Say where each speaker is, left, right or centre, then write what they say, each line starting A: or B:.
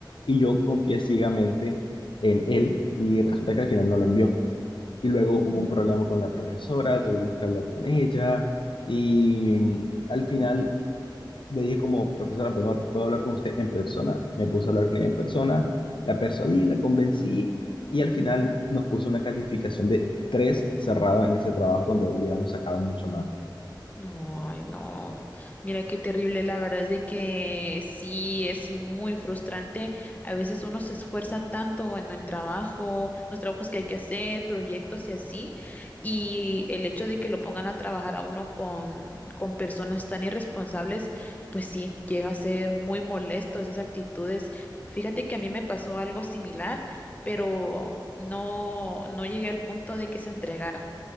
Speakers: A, on the left; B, on the left.
A: Y yo confié ciegamente en él y resulta que al final no lo envió. Y luego
B: Ujú.
A: hubo un problema con la profesora, tuvimos que hablar con ella y mm, al final le dije como, profesora, ¿puedo, puedo hablar con usted en persona? Me puse a hablar con ella en persona, la persuadí, la convencí y al final nos puso una calificación de 3 cerrado en ese trabajo cuando hubiéramos sacado mucho más.
B: No, Ay, no. Mira qué terrible. La verdad es de que sí es muy frustrante. A veces uno se esfuerza tanto en el trabajo, los trabajos que hay que hacer, proyectos y así. Y el hecho de que lo pongan a trabajar a uno con, con personas tan irresponsables, pues sí, llega a ser muy molesto esas actitudes. Fíjate que a mí me pasó algo similar, pero no, no llegué al punto de que se entregara.